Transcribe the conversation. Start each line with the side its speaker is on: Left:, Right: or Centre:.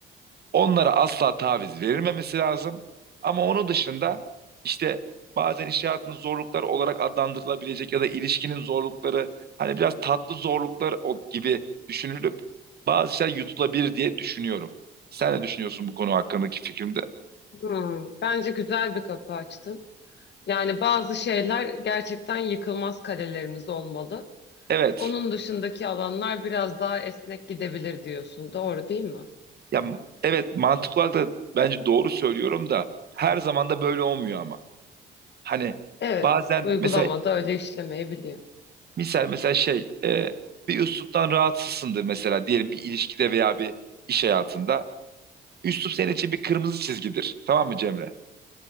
Right: Onlara asla taviz verilmemesi lazım. Ama onun dışında işte bazen iş hayatının zorluklar olarak adlandırılabilecek ya da ilişkinin zorlukları hani biraz tatlı zorluklar o- gibi düşünülüp bazı şeyler yutulabilir diye düşünüyorum. Sen ne düşünüyorsun bu konu hakkındaki fikrimde?
Left: Hı. Bence güzel bir kapı açtın. Yani bazı şeyler gerçekten yıkılmaz kalelerimiz olmalı.
Right: Evet.
Left: Onun dışındaki alanlar biraz daha esnek gidebilir diyorsun. Doğru değil mi?
Right: Ya m- evet mantıklı olarak da bence doğru söylüyorum da her zaman da böyle olmuyor ama. Hani
Left: Evet,
Right: bazen
Left: uygulamada
Right: mesela
Left: öyle işlemeyebiliyor.
Right: Misal mesela şey e, bir üsluptan rahatsızsındır mesela diyelim bir ilişkide veya bir iş hayatında. Üslup senin için bir kırmızı çizgidir. Tamam mı Cemre?